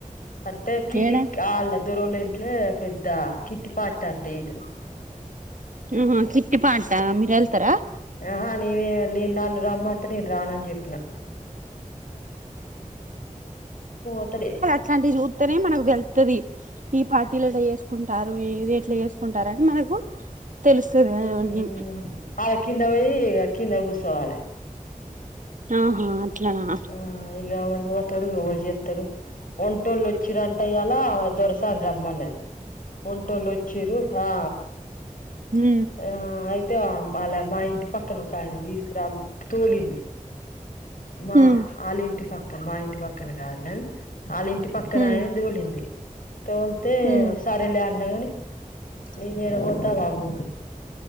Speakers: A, on the left; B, on the right.
A: అంటే కిట్టిక్
B: ఏడా
A: అళ్ళ దొరల్ల ఇంట్లే పెద్ద కిట్టి పార్టీ అంట ఏంటిదో
B: <unintelligible> కిట్టి పార్ట అ మీరెల్తర
A: ఆహా నేనే నేను నన్ను రమ్మంటే నేను రానని జెప్పిన <unintelligible>
B: ఇట్లాంటి చూత్తేనే మనకు తెళ్తది ఈ పార్టీలల్లా చేసుకుంటారు ఇ ఇది ఎట్లా చేసుకుంటారు అని మనకు తెలుస్తది అవన్నీ
A: ఉమ్ ఆళ్ళ కింద వోయి ఇగ కింద కుసోవాలే
B: ఆహా అట్లానా
A: ఆ ఇగ ఎవడు పోతడు ఎవడు చేత్తడు ఒంటోళ్ళు వచ్చి రంట ఇయ్యలా దొరసాని రమ్మన్నది ఒంటోల్లు వచ్చిరు హా
B: మ్
A: ఆ అయితే ఆమ్ అళ్ళ మా ఇంటి పక్కన ఒక ఆయన తీసుకురా అని తోలింది మా
B: ఉమ్
A: అళ్ళ ఇంటి పక్కన మా ఇంటి పక్కన గాదు గని అళ్ళ ఇంటి పక్కన
B: ఉమ్
A: ఆయన ని తోలింది తోలితే
B: ఉమ్
A: సరేలే అన్నగాని నీను ఏడ పోత వావ్వో